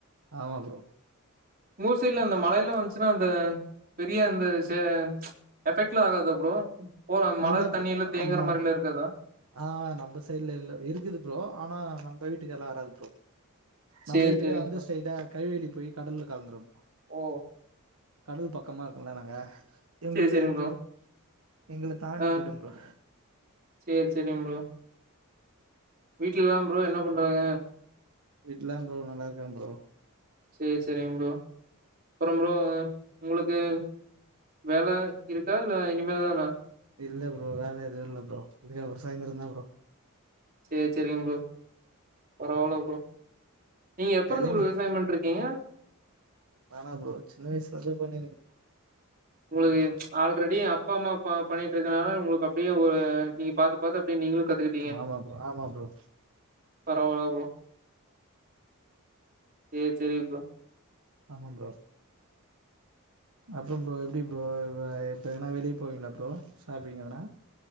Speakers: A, on the right; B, on the right.
A: ஆமா ப்ரோ
B: மூசைல அந்த மழைல வந்தச்சுன்னா அந்த பெரிய அந்த செ எஃபெக்ட்லா ஆகாதா ப்ரோ போல அந் மழ
A: இல்ல
B: தண்ணியெல்லா
A: ப்ரோ
B: தேங்கற
A: ஆமா
B: மாரிலா இருக்காதா
A: ஆ நம்ம சைட்ல இல்ல இருக்குது ப்ரோ ஆனா அந்த வீட்டுக்கெல்லா வராது நம்ம
B: சேரி
A: வீட்டுக்கா
B: சேரிங்
A: வந்து
B: ப்ரோ
A: ஸ்டெய்ட்டா கைவேலி போய் கடல்ல கலந்துரு
B: ஓ
A: கடல் பக்கமா இருக்கோல நாங்க எங்ளுது
B: சேரி சேரிங்
A: எங்ளு
B: ப்ரோ
A: எங்கள தாண்டி
B: ஆ
A: பொயிடு ப்ரோ
B: சேரி சேரிங் ப்ரோ வீட்லலா ப்ரோ என்ன பண்றாங்க
A: வீட்லங் ப்ரோ நல்லாருக்காங்க ப்ரோ
B: சேரி சேரிங் ப்ரோ அப்றோ ப்ரோ ஒங்ளுக்கு வேல இருக்கா இல்ல இனிமே தானா
A: இல்ல ப்ரோ வேல எதுவு இல்ல ப்ரோ இதே ஒரு சாய்ந்தரதா ப்ரோ
B: சேரி சேரிங்க ப்ரோ பரவால ப்ரோ நீங்க எப்ப
A: வேலைன்னு
B: இருந்து ப்ரோ விவசாய பண்ட்ருக்கீங்க
A: நானா ப்ரோ சின்ன வயசுல இருந்தே பண்ணின்
B: ஒங்ளுக்கு ஆல்ரெடி அப்பா அம்மா பண்ணிட்ருக்கா ஒங்களுக்கு அப்டியே ஒரு நீங்க பாத்து பாத்து அப்டியே நீங்களு கத்துக்கிட்
A: ஆமா ப்ரோ ஆமா ப்ரோ
B: பரவால ப்ரோ சேரி சேரி ப்ரோ
A: ஆமா ப்ரோ அப்றோ ப்ரோ எப்டி ப்ரோ இப்ப எங்னா வெளிய போவீங்களா ப்ரோ ஷாப்பிங் எதனா